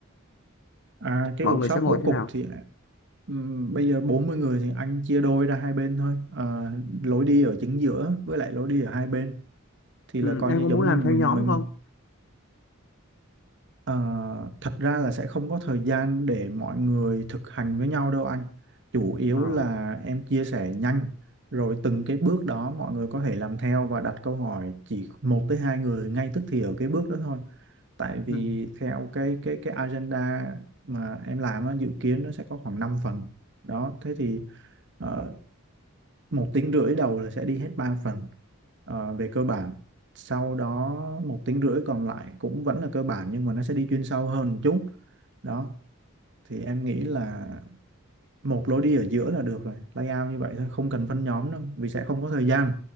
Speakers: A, on the right; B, on the left.
A: à, cái
B: mọi
A: workshop
B: người sẽ ngồi
A: bố
B: thế
A: cục
B: nào
A: thì ừm, bây giờ 40 người thì anh chia đôi ra hai bên thôi à, lối đi ở chính giữa với lại lối đi ở hai bên thì
B: Ừm,
A: là coi
B: em
A: như
B: có
A: giống
B: muốn làm
A: như mình
B: theo nhóm
A: mình
B: không
A: ờ, thật ra là sẽ không có thời gian để mọi người thực hành với nhau đâu anh chủ yếu
B: Ờ,
A: là em chia sẻ nhanh rồi từng cái bước đó mọi người có thể làm theo và đặt câu hỏi chỉ một tới hai người ngay tức thì ở cái bước đó thôi tại vì
B: ừm,
A: theo cái cái cái agenda mà em làm á, dự kiến nó sẽ có khoảng 5 phần đó thế thì ờ, một tiếng rưỡi đầu là sẽ đi hết ba phần ờ, về cơ bản sau đó một tiếng rưỡi còn lại cũng vẫn là cơ bản nhưng mà nó sẽ đi chuyên sâu hơn một chút đó thì em nghĩ là một lối đi ở giữa là được rồi layout như vậy thôi không cần phân nhóm đâu vì sẽ không có thời gian